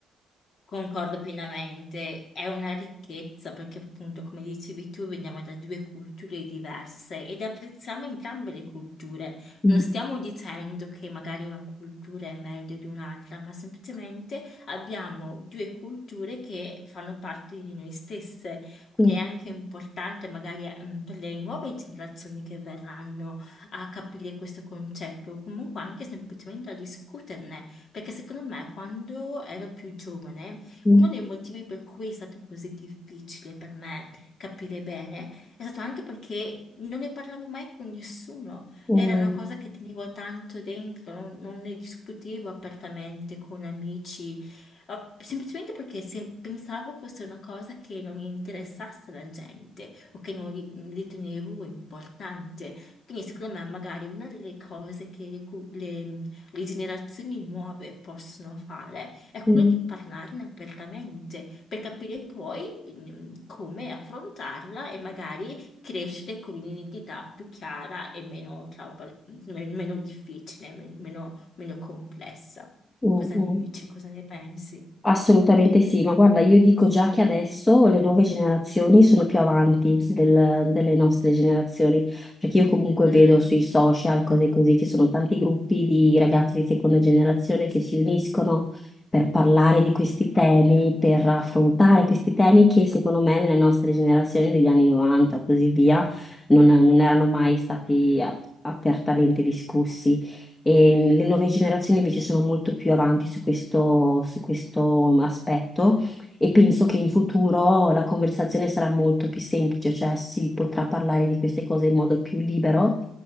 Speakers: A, on the left; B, on the left.
A: Concordo pienamente, è una ricchezza perché appunto, come dicevi tu, veniamo da due culture diverse ed apprezziamo entrambe le culture.
B: Mm,
A: Non stiamo dicendo che magari una cultura è meglio di un'altra, ma semplicemente abbiamo due culture che fanno parte di noi stesse. Quindi
B: mm,
A: è anche importante magari ehm, per le nuove generazioni che verranno a capire questo concetto, o comunque anche semplicemente a discuterne. Perché secondo me quando ero più giovane
B: mm,
A: uno dei motivi per cui è stato così difficile per me capire bene è stato anche perché non ne parlavo mai con nessuno.
B: mm,
A: Era una cosa che tenevo tanto dentro, non, non ne discutevo apertamente con amici, eh, semplicemente perché se- pensavo fosse una cosa che non interessasse la gente o che non ri- ritenevo importante. Quindi secondo me magari una delle cose che le, cu- le le generazioni nuove possono fare è
B: mm,
A: quello di parlarne apertamente per capire poi mm, come affrontarla e magari crescere con un'identità più chiara e meno, trauma- me- meno difficile, me- meno, meno complessa.
B: mm,
A: Cosa
B: mm.
A: ne dici? Cosa ne pensi?
B: Assolutamente sì, ma guarda, io dico già che adesso le nuove generazioni sono più avanti del- delle nostre generazioni, perché io comunque
A: Mm,
B: vedo sui social cose così, ci sono tanti gruppi di ragazzi di seconda generazione che si uniscono per parlare di questi temi, per affrontare questi temi che secondo me nelle nostre generazioni degli anni 90 o così via non, non erano mai stati a- apertamente discussi. E le nuove generazioni invece sono molto più avanti su questo, su questo aspetto e penso che in futuro la conversazione sarà molto più semplice, cioè si potrà parlare di queste cose in modo più libero,